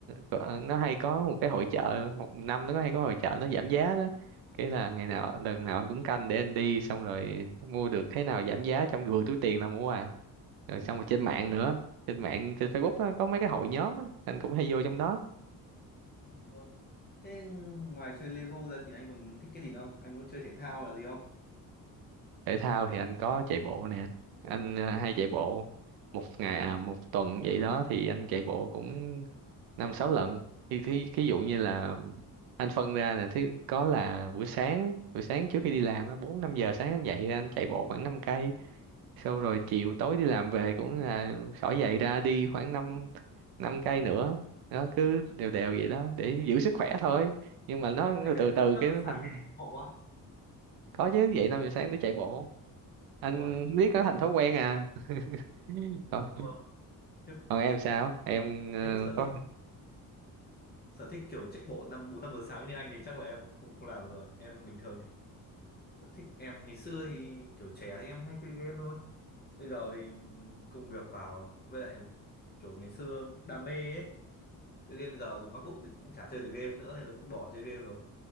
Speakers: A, on the right (about 85°); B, on the left (about 30°).
A: có- nó hay có một cái hội chợ một năm nó có hay có hội chợ nó giảm giá đó cái là ngày nào lần nào anh cũng canh để anh đi xong rồi mua được cái nào giảm giá trong vừa túi tiền là mua à rồi xong rồi trên mạng nữa trên mạng trên Facebook á, có mấy cái hội nhóm á anh cũng hay vô trong đó
B: Ừ, Vâng. Thế ngoài chơi Lego ra thì anh còn thích cái gì nữa không? Anh có chơi thể thao là gì không?
A: thể thao thì anh có chạy bộ nè anh ờ, hay chạy bộ một ngày à một tuần vậy đó thì anh chạy bộ cũng năm sáu lần thì thí thí dụ như là anh phân ra nè thứ có là buổi sáng buổi sáng trước khi đi làm á, bốn năm giờ sáng anh dậy ra anh chạy bộ khoảng 5 cây sau rồi chiều tối đi làm về cũng là xỏ giày ra đi khoảng 5 năm cây nữa nó cứ đều đều vậy đó để giữ sức khỏe thôi nhưng mà nó
B: Ủa, anh dậy
A: từ từ
B: từ 5
A: cái
B: giờ
A: nó
B: sáng
A: thành
B: để đi chạy bộ á.
A: có chứ dậy năm giờ sáng để chạy bộ anh
B: Uầy,
A: biết nó thành thói quen à <laughs>
B: Vâng,
A: còn
B: thế-
A: còn em sao em ờ,
B: mấy cái sở
A: có
B: thích sở thích kiểu chạy bộ năm bốn năm giờ sáng như anh thì chắc là em không không làm được rồi em bình thường thì sở thích em ngày xưa thì kiểu trẻ thì em hay chơi game thôi bây giờ thì công việc vào với lại kiểu ngày xưa đam mê ấy chơi game bây giờ dùng MacBook thì cũng chả chơi được game nữa nên là cũng bỏ chơi game rồi